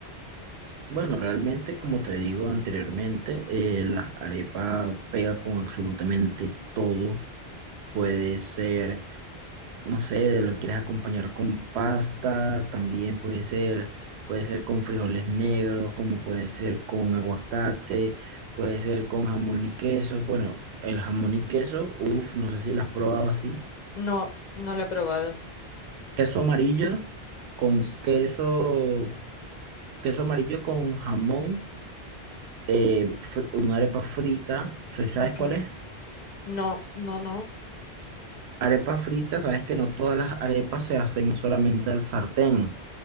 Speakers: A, on the right (about 80°); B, on the left (about 55°).
A: Bueno, realmente, como te digo anteriormente, eh, la arepa pega con absolutamente todo. Puede ser no sé, lo quieres acompañar con pasta, también puede ser, puede ser con frijoles negros, como puede ser con aguacate, puede ser con jamón y queso. Bueno, el jamón y queso, uff, no sé si lo has probado así.
B: No, no lo he probado.
A: Queso amarillo con
B: S-
A: queso, queso amarillo con jamón, eh, fr- una arepa frita, ¿sí ¿sabes
B: Ok.
A: cuál es?
B: No, no, no.
A: Arepa frita, sabes que no todas las arepas se hacen solamente al sartén,